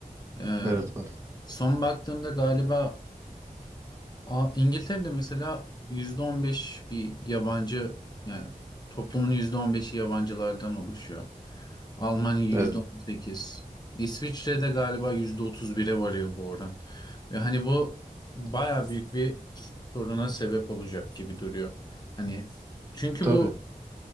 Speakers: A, on the left (about 25°); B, on the right (about 20°).
A: Ee,
B: Evet var.
A: son baktığımda galiba A- İngiltere'de mesela %15 bir yabancı yani toplumun yüzde on beşi yabancılardan oluşuyor. Almanya yüzde
B: Evet.
A: on sekiz, İsviçre'de galiba yüzde otuz bir'e varıyor bu oran. Ve hani bu baya büyük bir soruna sebep olacak gibi duruyor. Hani çünkü
B: Tabii.
A: bu